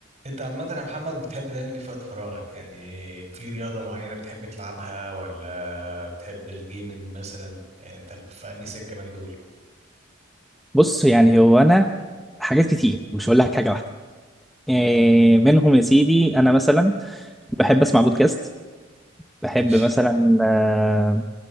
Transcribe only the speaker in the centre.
بص يعني هو انا حاجات كتير مش هقول لك حاجه واحده إيه منهم يا سيدي انا مثلا بحب اسمع بودكاست بحب
مثلا آه